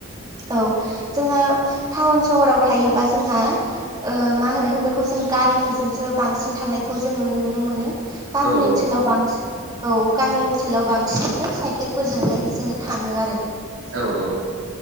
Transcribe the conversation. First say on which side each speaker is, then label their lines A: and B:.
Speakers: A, on the right (about 20°); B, on the right (about 80°).
A: औ जोंहा टाउन सहराव थायोबा जोंहा ओ मा होनो बेखौ जों गारिफोरजोंसो बांसिन थांनायखौ जोङो नुनो मोनो गामि
B: औ
A: ओनसोलाव बांसिन औ गामि ओनसोलाव बांसिनानो साइकेलफोरजोंहाय जोङो थाङो आरो
B: औ औ